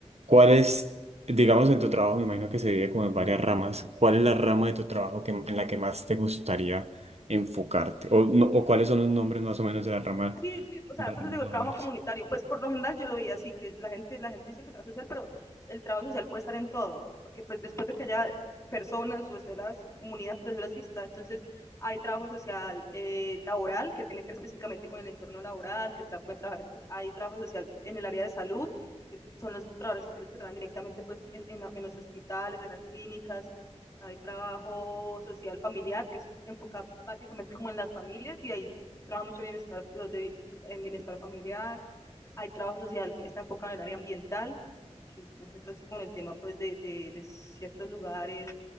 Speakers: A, on the right; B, on the left.
A: ¿cuál es, digamos, en tu trabajo, me imagino que se divide como en varias ramas, ¿cuál es la rama de tu trabajo que, en la que más te gustaría enfocarte? O, no, o cuáles son los nombres más o menos de la rama,
B: Sí, sí, o sea,
A: de la
B: pero
A: rama
B: digo,
A: laboral?
B: trabajo comunitario, pues por lo general yo lo veía así, que la gente, la gente dice que trabajo social, pero el trabajo social puede estar en todo, porque pues después de que haya personas o esté la comunidad, por eso así está, entonces hay trabajo social eh, laboral que tiene que ver específicamente con el entorno laboral, que tra pueden trabajar, pues, hay trabajo social en el área de salud, que son los trabajadores sociales que trabajan directamente pues en, en, en los hospitales, en las clínicas, hay trabajo social familiar que es enfocado básicamente como en las familias y hay trabaja mucho bienestar, los de, en bienestar familiar, hay trabajo social que está enfocado en el área ambiental, que es con el tema pues de, de, de ciertos lugares,